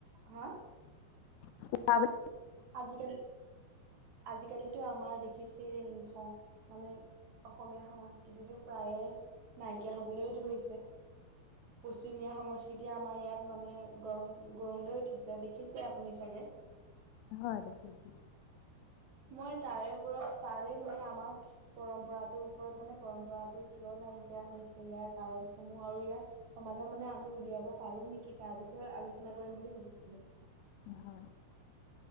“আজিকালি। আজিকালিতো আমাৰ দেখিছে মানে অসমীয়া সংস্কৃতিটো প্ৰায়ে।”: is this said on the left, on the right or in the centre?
Right